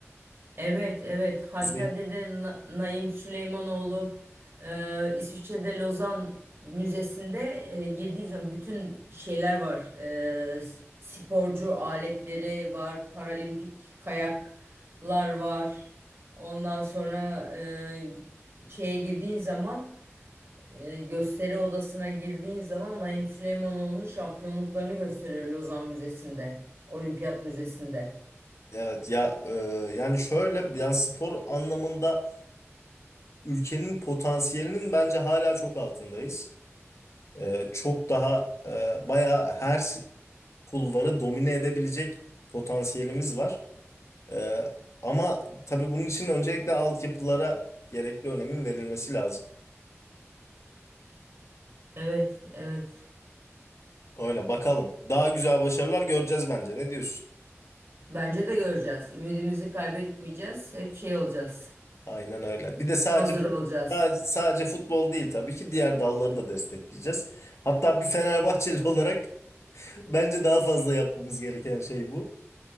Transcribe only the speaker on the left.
Kuzey,
evet ya e, yani şöyle yani spor anlamında ülkenin potansiyelinin bence hala çok altındayız. Ee, çok daha e, bayağı her s- kulvarı domine edebilecek potansiyelimiz var. Ee, ama tabii bunun için öncelikle altyapılara gerekli önemin verilmesi lazım.
Öyle bakalım. Daha güzel başarılar göreceğiz bence. Ne diyorsun?
Aynen öyle. Bir de sadece
fut-
sadece sadece futbol değil tabii ki diğer dalları da destekleyeceğiz. Hatta bir Fenerbahçeli olarak <laughs> bence daha fazla yapmamız gereken şey bu.